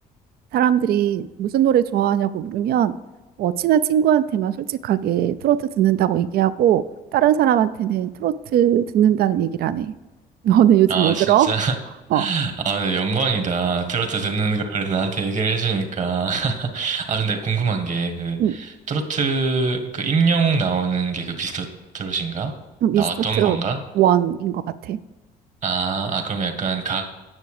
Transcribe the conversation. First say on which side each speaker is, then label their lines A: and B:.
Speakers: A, on the right; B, on the right.
A: 사람들이 무슨 노래 좋아하냐고 물으면 어, 친한 친구한테만 솔직하게 트로트 듣는다고 얘기하고 다른 사람한테는 트로트 듣는다는 얘기를 안 해. <laughs> 너는 요즘
B: 아,
A: 뭐 들어?
B: 진짜? <laughs>
A: 어,
B: 아, 근데 영광이다. 트로트 듣는 걸 나한테 얘기를 해주니까. <laughs> 아, 근데 궁금한 게, 그,
A: 음,
B: 트로트, 그, 임영웅 나오는 게 그 비스트 트롯인가?
A: 음, 미스터
B: 나왔던
A: 트롯
B: 건가?
A: 원인 것 같아.
B: 아, 아, 그럼 약간 각,